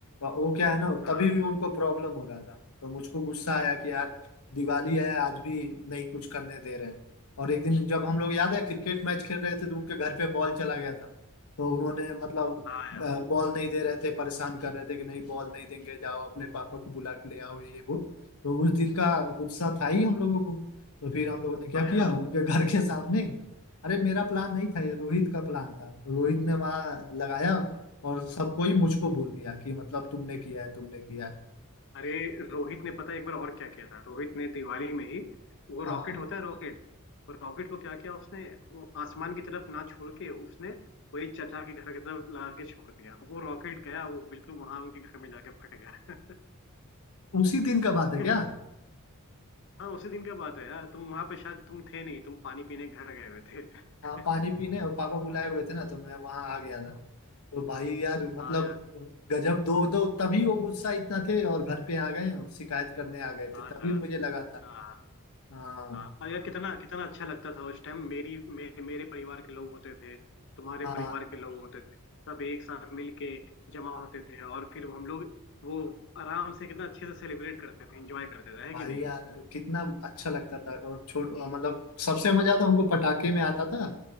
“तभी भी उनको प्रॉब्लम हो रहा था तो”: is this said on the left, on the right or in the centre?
Left